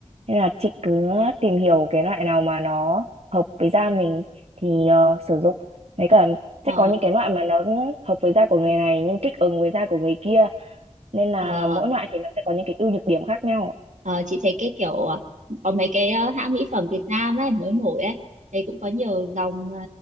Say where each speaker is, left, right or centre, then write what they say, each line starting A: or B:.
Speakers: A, on the right; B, on the right.
A: Nên là chị cứ tìm hiểu cái loại nào mà nó hợp với da mình thì ờ, sử dụng. Với cả
B: ờ,
A: sẽ có những cái loại mà nó hợp với da của người này nhưng kích ứng với da của người kia. Nên là
B: ờ,
A: mỗi loại thì nó sẽ có những cái ưu nhược điểm khác nhau.
B: ờ, chị thấy cái kiểu ờ, có mấy cái ờ, hãng mỹ phẩm Việt Nam ấy mới nổi ấy thì cũng có nhiều dòng ờ,